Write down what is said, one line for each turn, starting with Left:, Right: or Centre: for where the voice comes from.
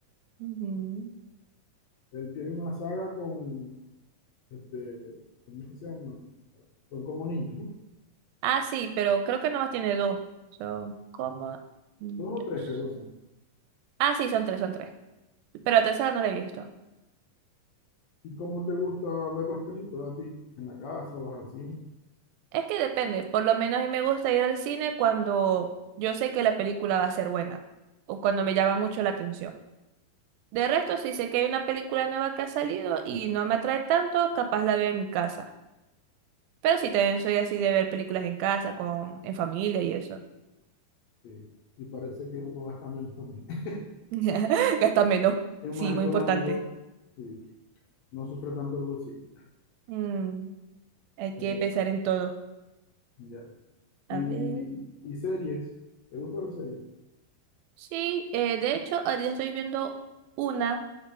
Right: Ujú.
Left: él tiene una saga con, este, ¿cómo que se llama? Son como niños, ¿no?
Right: Ah, sí, pero creo que nomás tiene dos. Son como... mm,
Left: Dos
Right: dos.
Left: o tres creo que son.
Right: Ah, sí, son tres, son tres. Pero la tercera no la he visto.
Left: ¿Y cómo te gusta ver las películas a ti? ¿En la casa, vas así?
Right: Es que depende. Por lo menos a mí me gusta ir al cine cuando yo sé que la película va a ser buena o cuando me llama mucho la atención. De resto, si sé que hay una película nueva que ha salido y no me atrae tanto, capaz la veo en mi casa. Pero sí, también soy así de ver películas en casa, con, en familia y eso.
Left: Sí. Y parece que uno gasta menos también. <laughs>
Right: <laughs> Gasta menos.
Left: Es
Right: Sí,
Left: más
Right: muy
Left: económico,
Right: importante.
Left: sí. No sufre tanto el bolsillo.
Right: Mm, hay que
Left: Eh,
Right: pensar en todo.
Left: ya. ¿Y,
Right: A ver.
Left: y series? ¿Te gusta ver series?
Right: Sí, eh, de hecho, ahorita estoy viendo una